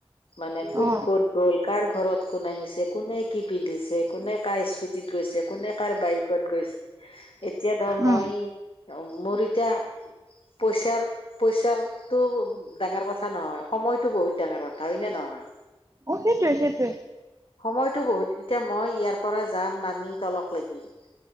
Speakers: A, on the left; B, on the right.
A: মানে কোন
B: অ
A: কত গল কাৰ ঘৰত কোন আহিছে কোনে কি পিন্ধিছে কোনে কাৰ স্কুটিত গৈছে কোনে কাৰ বাইকত গৈছে এতিয়া ধৰ মই
B: উম
A: মোৰ এতিয়া পইছাৰ পইছাটো ডাঙৰ কথা নহয় সময়তো বহুত ডাঙৰ কথা হয় নে নহয়
B: অ সেইটোৱে সেইটোৱে
A: সময়তো বহুত এতিয়া মই ইয়াৰ পৰা যাম নামি তলক লাগিম